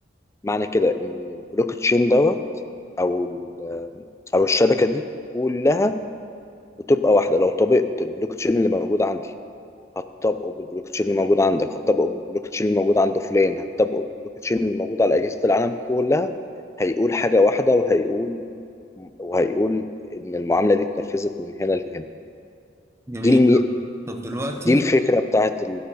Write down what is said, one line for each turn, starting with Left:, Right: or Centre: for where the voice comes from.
Left: معنى كده ان البلوك تشين دوت او ال- او الشبكه دي كلها بتبقى واحده لو طبقت البلوك تشين اللي موجود عندي هتطبقه بالبلوك تشين اللي موجود عندك هتطبقه بالبلوك تشين اللي موجود عند فلان هتطبقه بالبلوك تشين اللي موجود على اجهزه العالم كلها هيقول حاجه واحده وهيقول وهيقول ان المعامله دي اتنفذت من هنا لهنا
Right: جميل
Left: دي المي...
Right: طب دلوقتي
Left: دي الفكره بتاعت